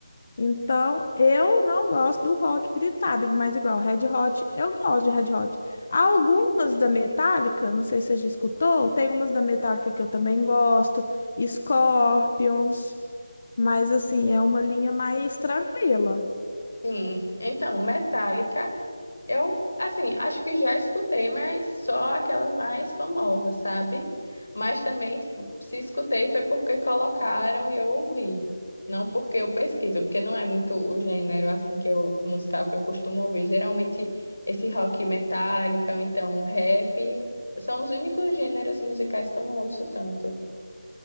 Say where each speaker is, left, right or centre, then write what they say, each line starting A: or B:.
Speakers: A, on the left; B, on the left.
A: Então, eu não gosto do rock gritado, mas igual, Red Hot, eu gosto de Red Hot. Algumas da Metallica, não sei se você já escutou, tem umas da Metallica que eu também gosto, Scorpions, mas assim, é uma linha mais tranquila.
B: Sim, então, Metallica. Eu, assim, acho que já escutei, mas só aquelas mais famosas, sabe? Mas também, tipo, se escutei foi porque colocaram e eu ouvi. Não porque eu pesquiso, porque não é muito o gênero, assim, que eu, musical que eu costumo ouvir. Geralmente, esse rock metálica, ou então rap, são os únicos gêneros musicais que eu não ouço tanto.